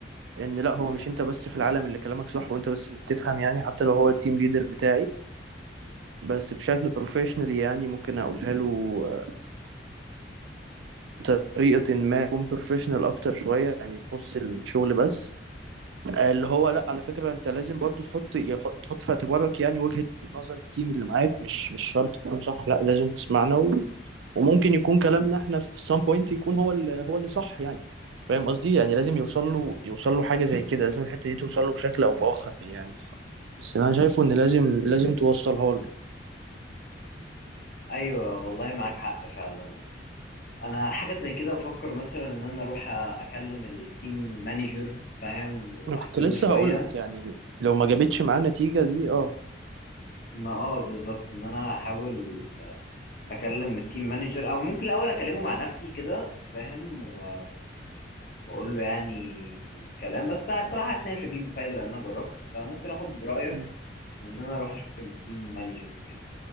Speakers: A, on the right; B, on the left.
A: ان لا هو مش انت بس في العالم اللي كلامك صح وانت بس اللي بتفهم يعني حتى لو هو التيم ليدر بتاعي بس بشكل بروفيشنال يعني ممكن اقولها له آه، بطريقه ما تكون بروفيشنال اكتر شويه يعني تخص الشغل بس اللي هو لا على فكرة انت لازم برضو تحط يح- تحط في اعتبارك يعني وجهة نظر التيم اللي معاك مش مش شرط تكون صح لا لازم تسمعنا و... وممكن يكون كلامنا احنا في سام بوينت يكون هو اللي هو اللي صح يعني فاهم قصدي يعني لازم يوصل له يوصل له حاجة زي كده لازم الحتة دي توصل له بشكل او باخر يعني بس انا شايفه ان لازم لازم توصلها له
B: ايوه والله معاك حق فعلا انا حاجه زي كده بفكر مثلا ان انا اروح اكلم التيم مانجر فاهم واحكي
A: انا كنت لسه
B: له شويه
A: هقول لك يعني لو ما جابتش معاه نتيجة دي اه
B: ما اه بالظبط ان انا احاول اكلم التيم مانجر او ممكن الاول اكلمه مع نفسي كده فاهم و... بقول له يعني كلام بس الصراحه حاسس إن هي مش هتجيب بفايده لان انا جربت فممكن اخد برايك
A: م-
B: وان انا اروح اشوف التيم مانجر وكده